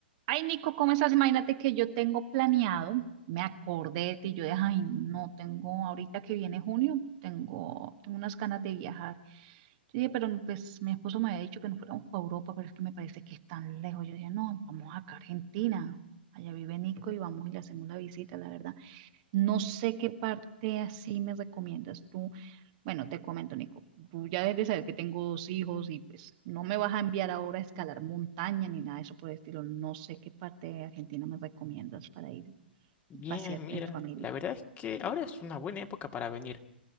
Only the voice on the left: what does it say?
Bien,
mira,
la verdad es que ahora es una buena época para venir.